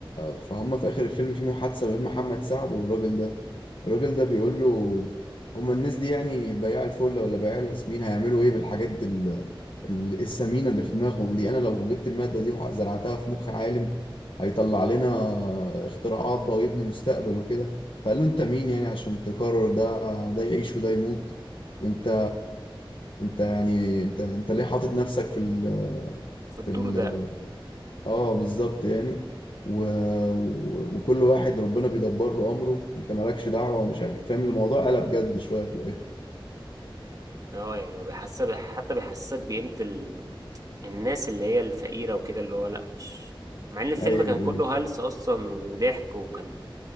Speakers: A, on the left (about 70°); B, on the right (about 40°).
A: فهم في آخر الفيلم في محادثة بين محمد سعد والراجل ده الراجل ده بيقول له هم الناس دي يعني بياع الفل ولا بياع الياسمين هيعملوا ايه بالحاجات ال... ال- السمينة اللي في دماغهم دي انا لو جبت المادة دي وزرعتها في مخ عالم هيطلع لنا اختراعات بقى ويبني مستقبل وكده فقال له انت مين يعني عشان تقرر ده ده يعيش وده يموت وانت انت يعني انت انت ليه حاطط نفسك في ال
B: في الدور
A: في ال
B: ده
A: اه بالظبط يعني و... و- وكل واحد ربنا بيدبر له امره وانت مالكش دعوه ومش عارف إيه. فاهم الموضوع قلب جد شويه في الاخر
B: اه يعني هو بيحسب حتى بيحسسك بقيمه ال... الناس اللي هي الفقيره وكده اللي هو لا مش مع ان الفيلم
A: ايوه
B: كان كله
A: ايوه
B: هلس اصلا وضحك وكان